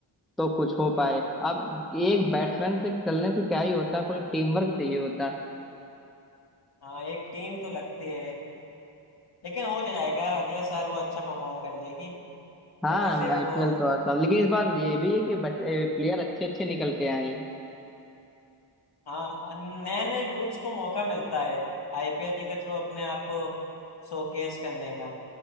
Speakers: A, in the centre; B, on the left.
A: तो कुछ हो
B: हम्म
A: पाए अब एक बैट्समैन से चलने से क्या ही होता है पूरा टीम वर्क चाहिए होता है
B: हाँ एक टीम तो लगती है एक लेकिन हो जाएगा अगले साल वो अच्छा परफॉर्म कर लेगी
A: हाँ
B: वैसे भी
A: आईपीएल
B: वो
A: तो हर साल लेकिन इस बार ये भी है कि बच्चे प्लेयर अच्छे अच्छे निकल के आए हैं
B: हाँ नए नए यूथ्स को मौका मिलता है आईपीएल के थ्रू अपने आप को शोकेस करने का